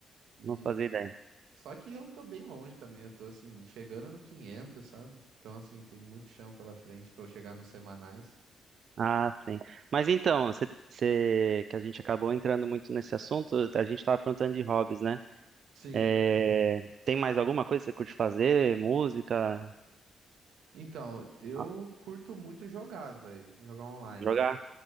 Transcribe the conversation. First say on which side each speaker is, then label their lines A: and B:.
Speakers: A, on the right; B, on the right.
A: E
B: não fazia ideia.
A: só que eu tô bem longe também, eu tô assim, chegando no 500, sabe? Então assim, tem muito chão pela frente pra eu chegar nos semanais.
B: Ah, sim. Mas então, você, você- que a gente acabou entrando muito nesse assunto, a gente estava perguntando de hobbies, né?
A: Sim.
B: É, Tem mais alguma coisa que você curte fazer? Música?
A: Então, eu
B: Ah,
A: curto muito jogar, velho. Jogar online.
B: Jogar?